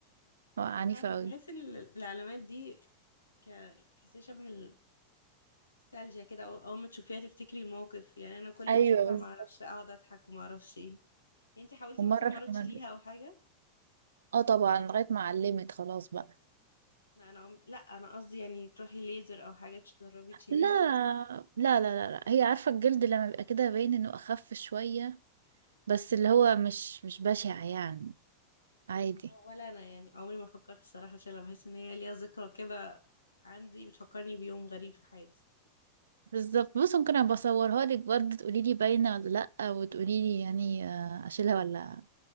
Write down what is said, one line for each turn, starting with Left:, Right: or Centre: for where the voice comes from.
Right: وقعة
Left: مش
Right: عنيفة
Left: عارفة
Right: قوي
Left: بحس ان ال- العلامات دي ك تحسيها شبه النوستالجيا كده أو- اول ما تشوفيها تفتكري الموقف يعني انا كل
Right: ايوه
Left: ما اشوفها
Right: بالظبط
Left: ما اعرفش اقعد اضحك وما اعرفش ايه انتي حاولتي
Right: ومرة
Left: مثلا مرة
Right: في
Left: تشيليها
Right: مجلس
Left: او حاجة
Right: اه طبعا لغاية ما علمت خلاص بقى
Left: لا انا عم... لا انا قصدي يعني تروحي ليزر او حاجة تجربي تشيليها
Right: لا لا لا لا, لا. هي عارفة الجلد لما بيبقى كده باين انه اخف شوية بس اللي هو مش مش بشع يعني عادي
Left: أو- ولا انا يعني عمري ما فكرت الصراحة اشيلها بحس ان هي ليها ذكرى كده عندي بتفكرني بيوم غريب في حياتي
Right: بالظبط بص ممكن ابقى اصورها لك برضه تقولي لي باينه ولا لا وتقولي لي يعني آه، اشيلها ولا